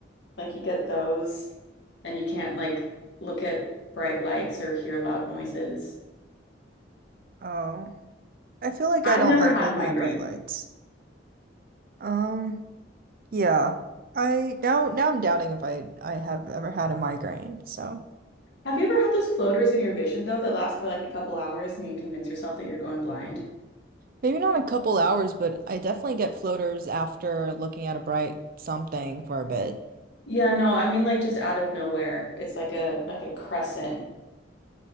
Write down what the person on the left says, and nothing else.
Like you get those and you can't like look at bright lights or hear loud noises.
I've
never
had
a migraine.
Have you ever had those floaters in your vision, though, that last for like a couple hours and you convince yourself that you're going blind?
Yeah, no, I mean like just out of nowhere. It's like a like a crescent